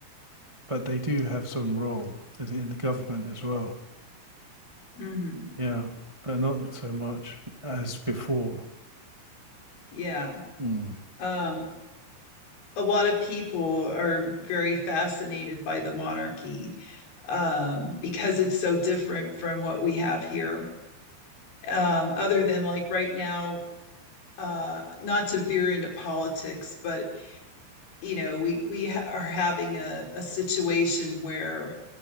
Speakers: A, on the right; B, on the left.
A: but they do have some role in the government as well.
B: Mhm.
A: Yeah, but not so much as before.
B: Yeah.
A: Mm.
B: Um a lot of people are very fascinated by the monarchy um, because it's so different from what we have here. Um, other than like right now, uh, not to veer into politics, but you know, we we ha- are having a, a situation where